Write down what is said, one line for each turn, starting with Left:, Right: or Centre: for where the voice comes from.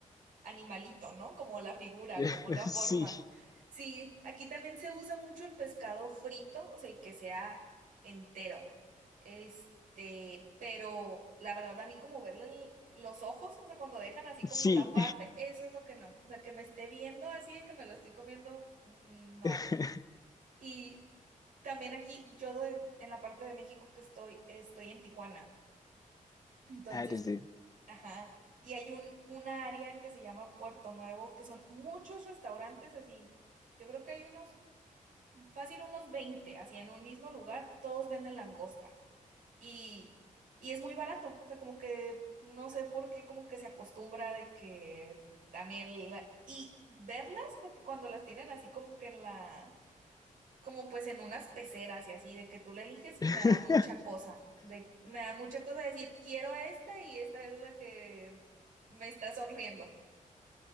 Right: animalito, ¿no? Como la figura,
Left: <laughs>
Right: como la forma.
Left: Sí.
Right: Sí, aquí también se usa mucho el pescado frito, o sea, y que sea entero. Este, pero la verdad a mí como verle el- los ojos, o sea, cuando dejan así como
Left: Sí.
Right: la parte, eso es lo que no. O sea, que me esté viendo así, que me lo estoy comiendo, mm, no.
Left: <laughs>
Right: Y también aquí, yo de- en la parte de México que estoy, estoy en Tijuana. Entonces,
Left: Ah, eres de...
Right: ajá. Y hay un, una área que se llama Puerto Nuevo, que son muchos restaurantes así. Yo creo que hay unos, fácil unos 20 así en un mismo lugar, todos venden langosta. Y, y es muy barato. O sea, como que no sé por qué, como que se acostumbra de que también la- y verlas, porque cuando las tienen así como que en la como pues en unas peceras y así, de que tú la eliges,
Left: <laughs>
Right: me da mucha cosa, de, me da mucha cosa decir, quiero a esta y esta es la que me está sonriendo.